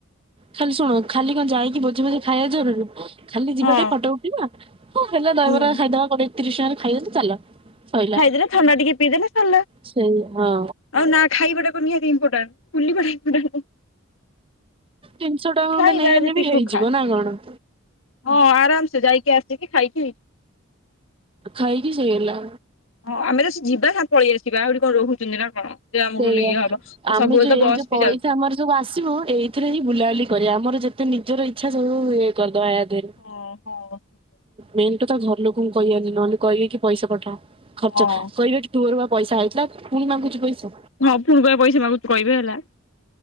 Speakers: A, on the right; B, on the left.
A: ଖାଲି ଶୁଣ ଖାଲି କଣ ଯାଇକି ବୋଝ ଭଜି ଖାଇବା ଜରୁରି। ଖାଲି ଯିବା
B: ହଁ
A: ଟିକେ ଫଟୋ ଉଠିବା ହଉ ହେଲା ଦହବରା
B: ହୁଁ
A: ଖାଇଦବା କୋ ତିରିଶ ଟଙ୍କାରେ ଖାଇଦେ ଚାଲ। ସଇଲା
B: ଖାଇଦେଲେ ସଣ୍ଡ ଟିକେ ପିଇଦେ ନା ସାନ।
A: ସେଇ ହଁ
B: ଆଉ ନା ଖାଇବାଟା ନିହାତିଟା ଇମ୍ପୋର୍ତନ୍ତ୍ ବୁଲିବା ଇମ୍ପୋର୍ଟ।
A: ତିନିଶହ ଟଙ୍କା ଖଣ୍ଡେ
B: ଖାଇବା
A: ନେଇ ଆଲେେ
B: ଯେତିକି
A: ବି ହେଇଯିବ
B: ଖା
A: ନା କଣ।
B: ହଁ ଆରାମସେ ଯାଇକି ଆସିକି ଖାଇକି।
A: ଖାଇକି ସେଇଗଲା।
B: ହଁ ଆମେ ତ ସେ ଯିବା ସାଙ୍ଗେ ପଳେଇ ଆସିବା ଆଉଠି କଣ ରହୁଛନ୍ତି ନା କଣ। ଆମକୁୁ
A: ସେଇଆ
B: ଇଏ ହବ ଆଉ
A: ଆମେ
B: ସବୁବେଳେ
A: ଯୋଉ
B: ତ
A: ଏଇ
B: ବସ୍
A: ଯୋଉ ପଇସା
B: ବି ଚାଲିଛି।
A: ଆମର ସବୁ ଆସିବ ଏଇଥିରେ ହିଁ ବୁଲାବୁଲି କରିବା ଆମର ଯେତେ ନିଜର ଇଚ୍ଛା ସବୁ ଇଏ କରିଦବା ୟାର।
B: ହଁ ହଁ
A: ମେନ୍ ଟୁ ତ ଘର ଲୋକଙ୍କୁ କହିବନି ନହେଲେ କହିବି କି ପଇସା ପଠା। ଖର୍ଚ୍ଚ
B: ହଁ
A: କହିବେ ଏଠି ତୁୋ ରୁଆ ପଇସା ହେଇଥିଲା ପୁଣି ମାଗୁଛି ପଇସା।
B: ହଁ ପୁଣି କରିବା ପଇସା ମକୁ କହିବେ ହେଲା।